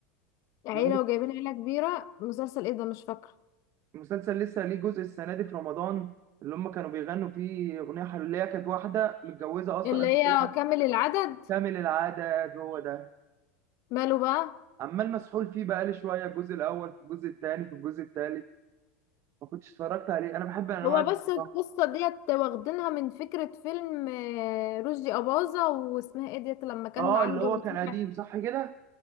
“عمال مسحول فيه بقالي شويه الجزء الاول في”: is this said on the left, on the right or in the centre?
Right